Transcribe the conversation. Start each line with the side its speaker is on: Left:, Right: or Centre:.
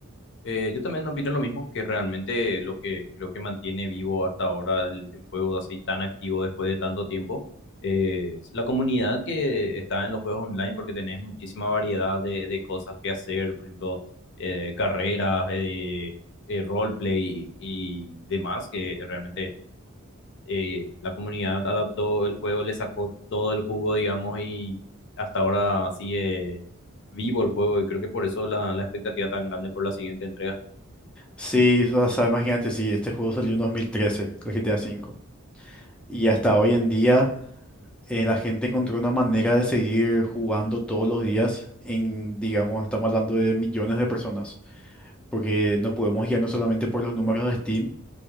Left: Eh, yo también opino lo mismo, que realmente lo que creo que mantiene vivo hasta ahora el, el juego así tan activo después de tanto tiempo eh, es la comunidad que está en los juegos online porque tenés muchísima variedad de, de cosas que hacer, por ejemplo, eh, carreras, eh, eh, roleplay y, y demás, que realmente eh, la comunidad adaptó el juego, le sacó todo el jugo, digamos, y hasta ahora sigue vivo el juego y creo que por eso la, la expectativa tan grande por la siguiente entrega.
Centre: Sí, o sea, imagínate, si este juego salió en 2013 el GTA V. Y hasta hoy en día eh, la gente encontró una manera de seguir jugando todos los días en, digamos, estamos hablando de millones de personas. Porque no podemos guiarnos solamente por los números de Steam,